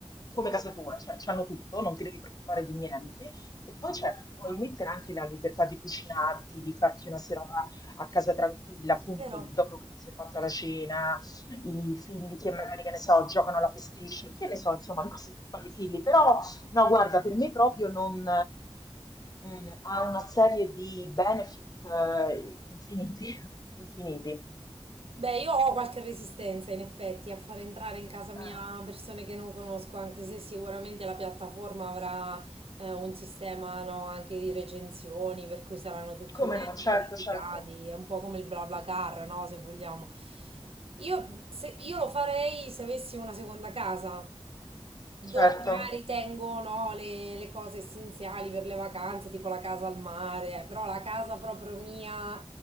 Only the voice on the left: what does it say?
come casa tua, cioè c'hanno tutto, non ti devi preoccupare di niente. E poi c'è, vuoi mettere anche la libertà di cucinarti, di farti una serata a casa tranquilla, appunto,
dopo che ti sei fatta la cena, i figli che magari, che ne so, giocano alla PlayStation, che ne so, insomma, le cose che fanno i figli, però No, guarda, per me proprio non, mm, ha una serie di benefit eh, infiniti, <laughs> infiniti.
Eh,
come
no? Certo,
certo,
certo.